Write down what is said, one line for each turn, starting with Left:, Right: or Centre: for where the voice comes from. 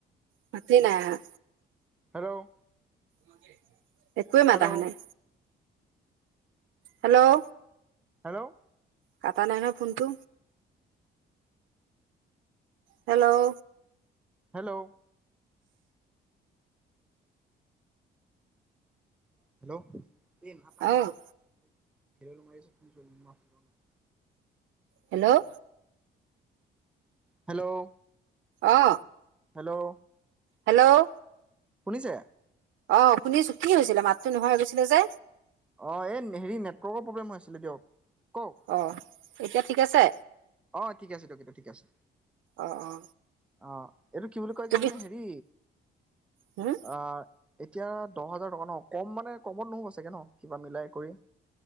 Right: মাতে নাই অহা
Centre: হেল্ল'
Right: <unintelligible> একোৱে মাতা
Centre: হেল্ল'
Right: আহা নাই হেল্ল'
Centre: হেল্ল'
Right: কটা নাই ন ফোনটো হেল্ল'
Centre: হেল্ল' হেল্ল' এই মাত আহা
Right: অ',
Centre: নাই হেল্ল হেল্ল মাইছে কিন্তু মাত ন অহা নাই।
Right: হেল্ল'
Centre: হেল্ল'
Right: অ
Centre: হেল্ল'
Right: হেল্ল'
Centre: শুনিছে?
Right: অ শুনিছো কি হৈছিলে মাতটো নোহোৱা হৈ গৈছিলে যে?
Centre: অ এই হেৰি নেটৱৰ্কৰ প্ৰব্লেম হৈ আছিলে দিয়ক। কওক
Right: অ এতিয়া ঠিক আছে?
Centre: অ ঠিক আছে দিয়ক ঠিকে আছে।
Right: অ অ
Centre: অ এইটো কি বুলি কয়
Right: তুমি
Centre: যে আপুনি হেৰি
Right: হম,
Centre: অ এতিয়া দহ হাজাৰ টকা ন কম মানে কমত নহ'ব চাগে ন কিবা মিলাই কৰি।